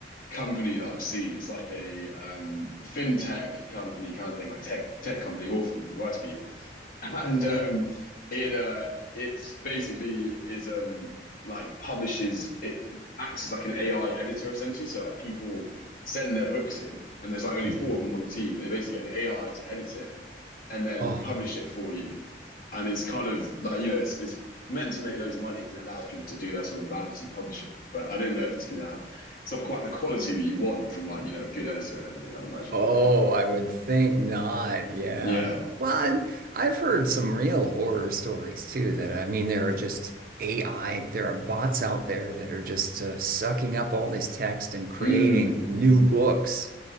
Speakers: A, on the left; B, on the right.
A: company that I've seen. It's like a um, fintech company kind of thing, like tech tech company, awful, the worst people. <laughs> And um, it uh, it's basically is um, like publishes it acts as like an AI editor essentially. So like people send their books in, and there's like only
B: Mm.
A: four of them on the team, but they basically get an AI to edit it and then
B: Oh,
A: publish it for you and it's kind of like you know it's it's meant to make loads of money because it allows people to do their sort of vanity publishing. But I don't know if it's going to have it's not quite the quality that you want from like you know a good editor and everything. I'd imagine.
B: oh, I would think not. Yeah.
A: Yeah.
B: Well, I've heard some real horror stories too that I mean there are just AI, there are bots out there that are just uh, sucking up all this text and creating
A: Mm.
B: new books.